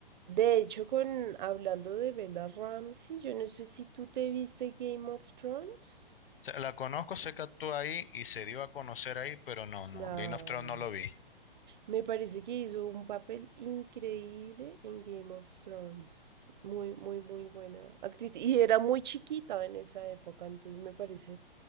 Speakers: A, on the right; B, on the left.
A: De hecho, con hablando de Bella Ramsey, yo no sé si tú te viste Game of Thrones.
B: sea, la conozco, sé que actúa ahí y se dio a conocer ahí, pero no, no,
A: La...
B: Game of Thrones no lo vi.
A: Me parece que hizo un papel increíble en Game of Thrones. Muy, muy, muy buena actriz. Y era muy chiquita en esa época, entonces me parece